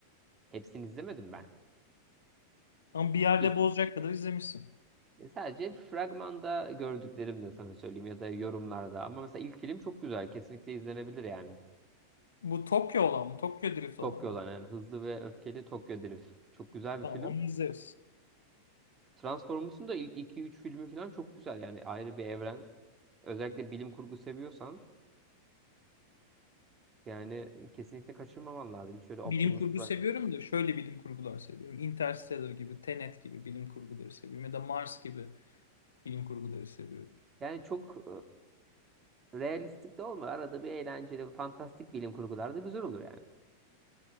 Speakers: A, on the right; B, on the left.
A: Hepsini izlemedim ben.
B: Ama
A: İlk
B: bir yerde
A: film
B: bozacak kadar izlemişsin.
A: e, sadece fragmanda gördüklerimle sana söyleyeyim ya da yorumlarda. Ama mesela ilk film çok güzel. Kesinlikle izlenebilir yani.
B: Bu Tokyo olan mı? Tokyo Drift
A: Tokyo
B: olan mı?
A: olan yani Hızlı ve Öfkeli Tokyo Drift. Çok güzel bir
B: Tamam
A: film.
B: onu izleriz.
A: Transformers'un da ilk iki üç filmi falan çok güzel. Yani ayrı bir evren. Özellikle bilim kurgu seviyorsan yani e, kesinlikle kaçırmaman lazım. Şöyle Optimus
B: Bilim kurgu
A: Prime.
B: seviyorum da şöyle bilim kurgular seviyorum. Interstellar gibi, Tenet gibi bilim kurguları seviyorum. Ya da Mars gibi bilim kurguları seviyorum.
A: Yani çok e, Realistik de olma. Arada bir eğlenceli, fantastik bilim kurgular da güzel olur yani.